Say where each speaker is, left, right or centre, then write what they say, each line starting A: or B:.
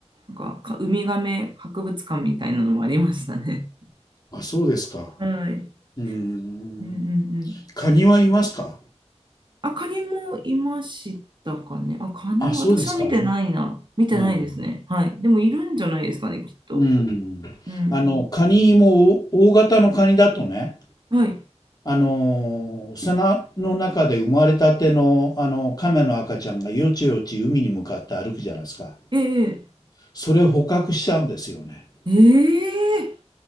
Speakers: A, on the right; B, on the left.
A: なんか、かウミガメ博物館みたいなのもありましたね。
B: あ、そうですか。
A: はい。
B: うーん。
A: うんうんうん。
B: カニはいますか
A: あ、カニもいましたかね。あ、カニ、
B: あ、
A: 私は見てないな。
B: そうですか。
A: 見てないですね。
B: うん。
A: はい。でもいるんじゃないですかね、きっと。
B: うん。
A: うん。
B: あの、カニも大大型のカニだとね、
A: はい。
B: あの砂の中で生まれたての、あの、亀の赤ちゃんがよちよち海に向かって歩くじゃないですか。
A: ええ
B: それを捕獲しちゃうんですよね。
A: ええ